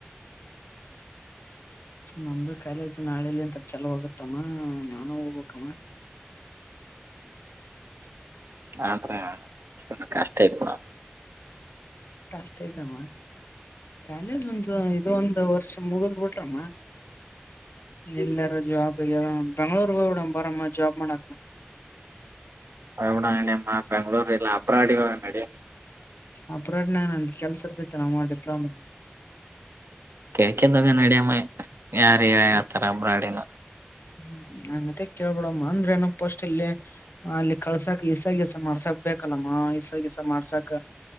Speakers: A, on the left (about 70°); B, on the right (about 85°).
A: ನಮ್ದು ಕಾಲೇಜ್ ನಾಳೆಲ್ಲಿ ಎಂತ ಚಾಲು ಆಗುತ್ತಮ್ಮ ನಾನೂ ಹೋಗ್ಬೇಕಮ್ಮ.
B: ಆದ್ರ <unintelligible> ಕಷ್ಟ <unintelligible>
A: ಕಷ್ಟ್ ಐತಮ್ಮ ಕಾಲೇಜ್ ಒಂದು ಇದೊಂದು ವರ್ಷ ಮುಗುದ್ ಬಿಟ್ರಮ್ಮ ಎಲ್ಲಾರ ಜಾಬ್ ಬೆಂಗ್ಳೂರ್ ಹೋಗ್ ಬಿಡಮ್ ಬಾ ರಮ್ಮ ಜಾಬ್ ಮಾಡಾಕ.
B: <unintelligible> ಬೆಂಗ್ಳೂರು ಇಲ್ಲ ಅಬ್ರಾಡಿಗ್ ಹೋಗನ್ ನಡಿಯಮ್ಮ.
A: ಅಬ್ರಾಡ್ನಾಗ ನನ್ಗೆ ಕೆಲ್ಸ ಇರತೈತೆನಮ್ಮ ಡಿಪ್ಲೊಮದು.
B: ಕೆಳ್ಕದಾಗ ನಡ್ಯಮ್ಮ ಯಾರ ಯಾವತರ ಬ್ರಾಡಿನ
A: ಹ್ಮ್ ಮತ್ತ ಕೇಳ್ಬಿಡಮ್ಮ ಅಂದ್ರೆ ಏನಪ್ಪ ಅಷ್ಟಟ್ ಇಲ್ಲಿ ಅಲ್ಲಿ ಕಳ್ಸಾಕ್ ಈಸಸ ಮಾಡ್ಸಕ್ ಬಬೇಕಲ್ಲಮ್ಮಸ ಗೆಸ ಮಾಡ್ಸಾಕ